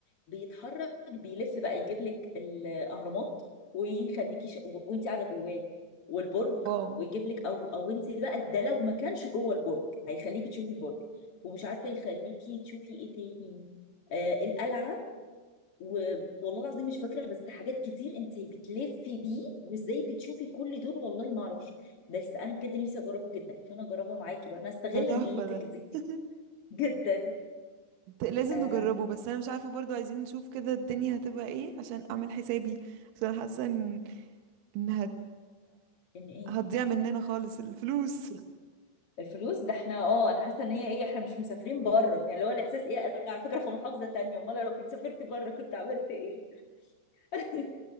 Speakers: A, on the left; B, on the right.
A: بيتحرك بيلف بقى يجيب لك الأهرامات ويخليكي ش... وانت قاعدة جواه والبرج
B: واو
A: ويجيب لك او او انت بقى ده لو ما كانش جوه البرج هيخليكي تشوفي البرج ومش عارفة يخليكي تشوفي ايه تاني آه القلعة و- والله العظيم مش فاكره بس حاجات كتير انت بتلفي بيه وازاي بتشوفي كل دول والله ما اعرفش بس انا بجد نفسي اجربه جدا فانا اجربه معاكي بقى انا استغل
B: ده تحفة
A: نجيتك
B: ده
A: دي
B: <laughs>
A: <laughs> جدا
B: ت- لازم
A: آه
B: نجربه بس انا مش عارفة برضو عايزين نشوف كده الدنيا هتبقى ايه عشان اعمل حسابي عشان حاسة ان إن هت
A: ان ايه
B: هتضيع مننا خالص الفلوس
A: الفلوس ده احنا اه انا حاسه ان هي ايه احنا مش مسافرين بره يعني اللي هو الاحساس ايه انا على فكره في محافظه تانية امال لو كنت سافرت بره كنت عملت ايه <laughs>